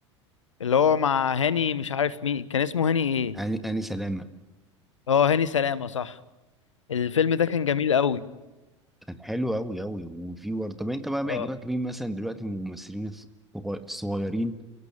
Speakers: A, on the left; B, in the centre.
A: اللي هو مع هاني مش عارف مين كان اسمه هاني ايه
B: هاني هاني سلامة
A: اه هاني سلامة صح الفيلم ده كان جميل قوي
B: كان حلو أوي أوي وفي ورد طب أنت بقى بيعجبك
A: اه
B: مين مثلا دلوقتي من الممثلين الصغ- الصغيرين